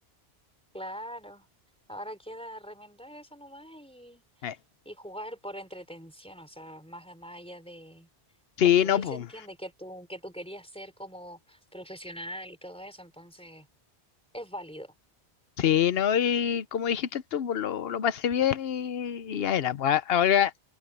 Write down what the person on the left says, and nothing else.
Eh,
Sí,
no, pues.
Sí, no, y como dijiste tú, pues lo, lo pasé bien y, y ya era. Pues a- ahora